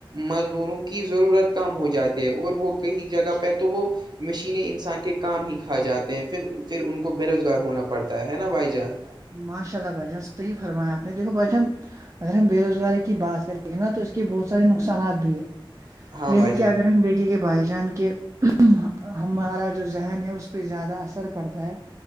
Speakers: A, on the right (about 50°); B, on the right (about 35°).
A: مزدوروں کی ضرورت کم ہو جاتے ہے اور وہ کہیں جگہ پر تو وہ مشینیں انسان کے کام ہی کھا جاتے ہیں پھر پھر ان کو بے روزگار ہونا پڑتا ہے نا بھائی جان
B: ماشاء اللہ بھائی جان صحیح فرمایاپ نے دیکھو بھائی جان اگر ہم بے روزگاری کی بات کریں گ نا تو اس کے بہت سے نقصانات بھی ہے
A: ہاں
B: جیسے
A: بھائی جان
B: کہ اگر ہم دیکھیں گے بھائی جان کے ہمارا جو ذہن ہے اس پہ زیادہ اثر پڑتا ہے